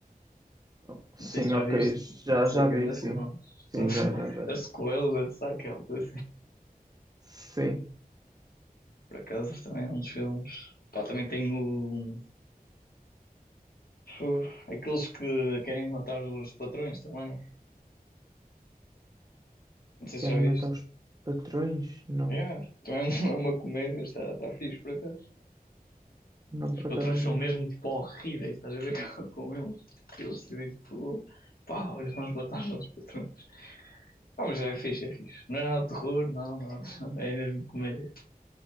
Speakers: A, on the right; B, on the left.
A: Oh, Sim,
B: Não sei se já
A: ok,
B: viste.
A: já,
B: Sei
A: já
B: que
A: vi,
B: ainda
A: sim.
B: filme. <laughs>
A: Sim,
B: mas-
A: já, já, já vi.
B: A sequela da Saquel. Por
A: Sim.
B: por acaso também é um dos filmes. Pá, também tem o. Fu, Aqueles que querem matar os patrões também. Não sei
A: Querem
B: se já viste.
A: matar os patrões? Não,
B: Yeah, também é uma, é uma comédia, está, está fixe por acaso.
A: não,
B: Os
A: por
B: patrões
A: acaso não.
B: são mesmo tipo horríveis, estás a ver <laughs> com, com eles. Eles decidem tipo, pá, olha, vamos matar os nossos patrões. Ah, mas é fixe, é fixe. Não é nada de terror, não, não. É mesmo comédia.